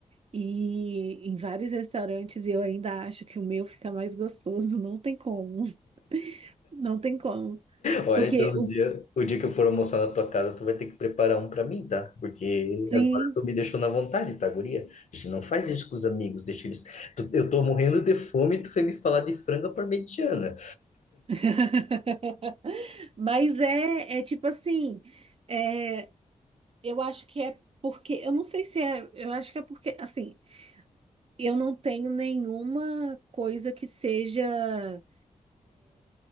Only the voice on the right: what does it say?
e em vários restaurantes e eu ainda acho que o meu fica mais gostoso. Não tem como, <laughs> não tem como.
Porque
o
sim.
<laughs> Mas é, é tipo assim, é, Eu acho que é porque, eu não sei se é, eu acho que é porque, assim, eu não tenho nenhuma coisa que seja